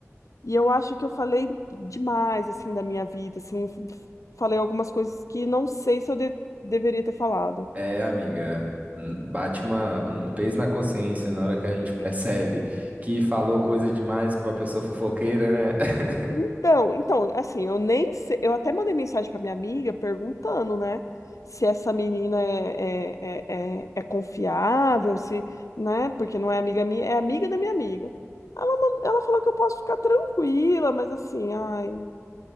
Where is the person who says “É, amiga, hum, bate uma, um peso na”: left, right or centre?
Right